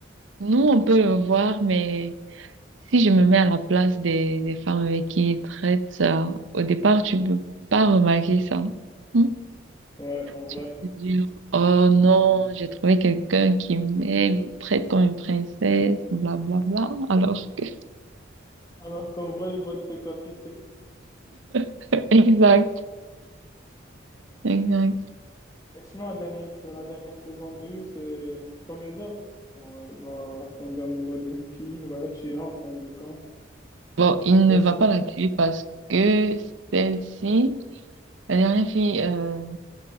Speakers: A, on the right (about 75°); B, on the left (about 20°).
A: nous on peut le voir, mais Si je me mets à la place des, des femmes avec qui ils traitent ça, au départ, tu peux pas remarquer ça. Hmm.
B: ouais, en vrai.
A: Tu peux te dire, oh non, j'ai trouvé quelqu'un qui m'aime, il me traite comme une princesse, blablabla. Alors que,
B: Alors qu'en vrai, il va te décapiter.
A: <laughs> exact, exact.
B: Et sinon, la dernière, c'est la dernière saison de You, c'est comme les autres. Genre, euh, il va tomber amoureux d'une fille, il va la tuer en fin de compte.
A: Bon, il
B: Pas
A: ne
B: ça.
A: va pas la tuer parce que celle-ci, la dernière fille euh,